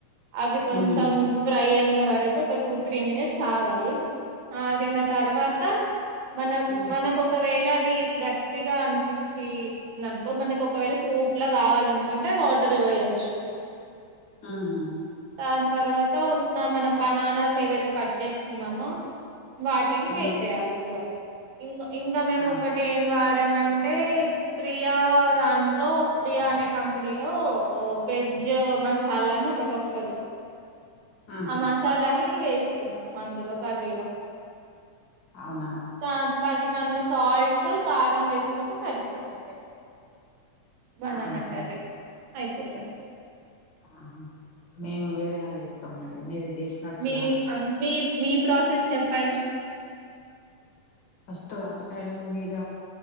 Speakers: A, on the right; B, on the left.
A: అవి కొంచం
B: ఉమ్ ఉమ్
A: ఫ్రై అయింత వరకు ఒక టూ త్రీ మినిట్స్ ఆగాలి ఆగేన త మన
B: ఉమ్
A: మనకు ఒకవేళ ది గట్టిగా అనిపించి అనుకో మనకి ఒకవేళ సూప్ లా కావాలనుకుంటే వాటర్ వేయొచ్చు
B: ఆహా
A: దా తర్వాత ఉన్న మనం బనానాస్ ఏవైతే కట్ చేసుకున్నామో టి
B: ఉమ్
A: వేసేయాలి ఇందులో ఇంగ్ ఇంకా మేము
B: ఆ
A: ఒకటి ఏమ్ వా అంటే ప్రియా దాంట్లో ప్రియా అనే కంపెనీలో వెజ్ జో మనసలాను ఒకటోస్తది
B: ఉహు
A: ఆ మసాలాని వేసుకుందాం అందులో కర్రీలో
B: అవునా
A: దా తగినంత సాల్ట్ కారం వేసుకుంటే సరిపోతుంది బనానా
B: ఆహా
A: కర్రీ అయిపోతుంది
B: ఆహా మేము వేరేలా చేస్తాం మరి మీది చేసినట్టుగా
A: మీ అ మీ మీ ప్రాసెస్ చెప్పండి
B: ఫస్ట్ అరటికాయలు మీద